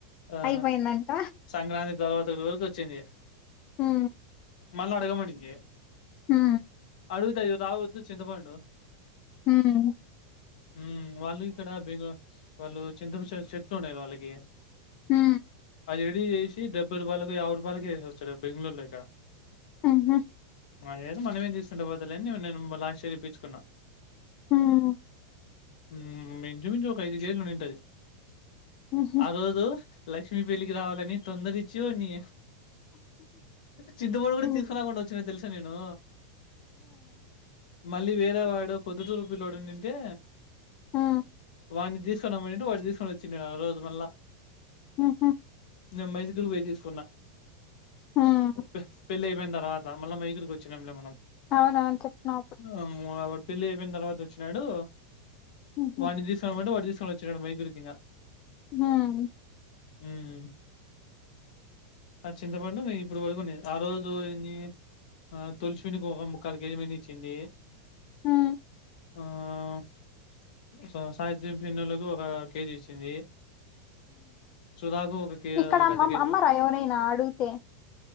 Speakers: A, on the left (about 60°); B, on the left (about 25°).
A: ఆ
B: అయిపోయిందంట
A: సంక్రాంతి తర్వాత రోజు వచ్చింది
B: హు
A: మళ్ళీ అడగమడినికి
B: హు
A: అడుగుతుది రావద్దు చింతపండు
B: హు
A: హు వాళ్ళ ఈకడ బెగో వాళ్ళు చింతప చెట్లు ఉన్నాయివాళ్ళకి
B: హు
A: సిడీ చేసి డెబ్బై రూపాయలకి యాభ రూపాయలకి వేస్తారు బెంగళూరులో ఇక్కడ
B: హు
A: లేదో మనమేం తీసుకుంటే పోతలేని న నేను లాస్ట్ ఇయర్ ఇప్పించుకున్నా
B: హుమ్
A: హుమ్ ఇంచు మించు ఒక ఐదు జేయ మనింటది
B: ఊహూ
A: ఆ రోజు లక్ష్మి పెళ్ళికి రావాలని తొందర ఇచ్చి వాని చింతపొండు కూడా
B: హ్మ్
A: తీసుకురాకుండా వచ్చిన తెలుస తెలుసా నేను మళ్ళీ వేరే వాడు పొద్దుటురు పిల్లోడు ఉన్నింటే
B: హ్మ్ హ్మ్
A: వాన్ని తీసుకో రమ్మనింటే వాడు తీసుకొని వచ్చినాడు ఆ రోజు మళ్ళా
B: ఉహూ
A: నేను మైదిటురు పోయి తీసుకున్నా
B: హ్మ్
A: ఒప్పేస్ పెళ్లి అయిపోయిన తర్వాత మళ్ళ మైసురు కొచ్చినాం లే మనం
B: అవునా చెప్పినావ్
A: ఆ, పెళ్లి అయిపోయిన తర్వాత వచ్చినాడు
B: ఊహూ
A: వాన్ని తిస్క పోయింటే వాడు తీస్ వచ్చినాడు మైసూరు ఇంగా
B: హుమ్
A: హుమ్ ఆ చింతపండు నేను ఇప్పుడు వరకునే ఆ రోజు ఎన్ని తొలసి చెట్ ఒక ముక్కలు ఏయమని ఇచ్చింటి
B: హుమ్
A: ఆ సాయిత్రం పిన్నెళ్లకు ఒక కేజీ ఇచ్చింది సుధాకు ఒక కే
B: ఇక్కడమ్
A: ఒక అర్ధ కేజీ
B: అమ్మరా ఎవరైనా అడిగితే